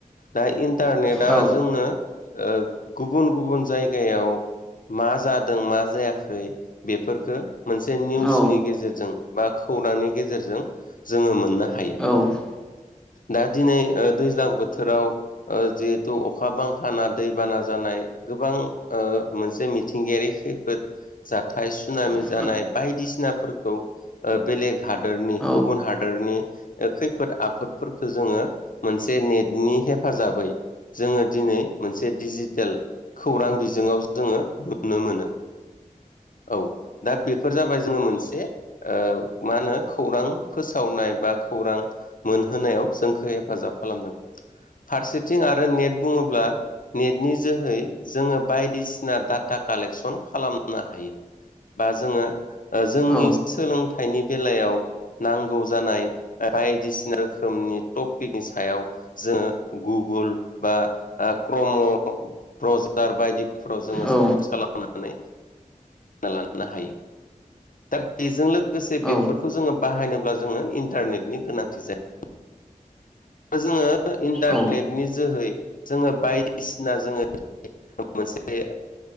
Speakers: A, on the left; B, in the centre.
A: दा इन्टारनेटआ
B: औ
A: जोंनो ओ गुबुन- गुबुन जायगायाव मा जादों मा जायाखै? बेफोरफोरखो मोनसे निउसनि
B: औ
A: गेजेरजों बा <unintelligible> खौरांनि गेजेरजों जोङो मोननो हायो।
B: <unintelligible>
A: दा दिनै ओ दैज्लां बोथोराव ओ जिहेथु अखा बांखाना दैबाना जानाय गोबां ओ मोनसे मिथिंगायारि खैफोद जाथाय सुनामि
B: औ
A: जानाय बायदिसिनाफोरखौ बेलेग हादोरनि,
B: औ
A: गुबुन हादोरनि खैफोद आफोदफोरखौ जोङो, मोनसे नेटनि हेफाजाबै जोङो दिनै मोनसे दिडिजिटेल खौरां बिजोंआव, जोङो नुनो मोनो। औ दा, बेफोर जाबाय जोङो मोनसे- मा होनो खौरां फोसावनाय बा खौरां मोनहोनायाव जोंखौ हेफाजाब खालामदों। फारसेथिं, आरो नेट बुङोब्ला, नेटनि जोहै जोङो बायदिसिना डाटा कालेकसन खालामनो हायो बा जोङो जोंनि
B: औ
A: सोलोंथाइनि बेलायाव नांगौ जानाय बायदिसिना रोखोमनि टपिकनि सायाव जोङो गुगोल बा क्रम' ब्रजार बायदिफोराव जोङो सार्च
B: औ
A: खालामनानै लानो हायो। दा बेजों लोगोसे
B: औ
A: बेफोरखौ जोङो बाहायनोब्ला जोङो इन्टारनेटनि गोनांथि जायो। जोङो इन्टारनेटनि
B: औ
A: जोहै जोङो बायदिसिना जोङो <unintelligible> मोनसे